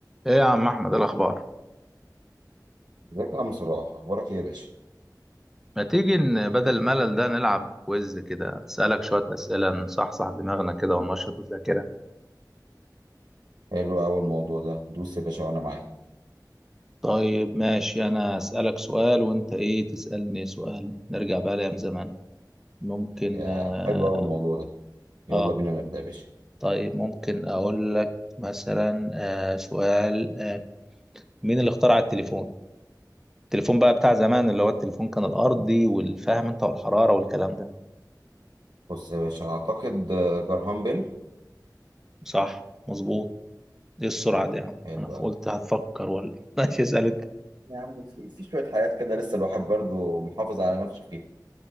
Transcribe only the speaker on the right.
ازيك يا عم صلاح اخبارك ايه يا باشا
حلو قوي الموضوع ده دوس يا باشا وانا معاك
يا
حلو قوي الموضوع ده يلا
بينا نبدا يا باشا
بص يا باشا اعتقد آه، جرهام بيل
حلو
قوي
يا عم في في شويه حاجات كده لسه الواحد برضو محافظ على نفسه فيها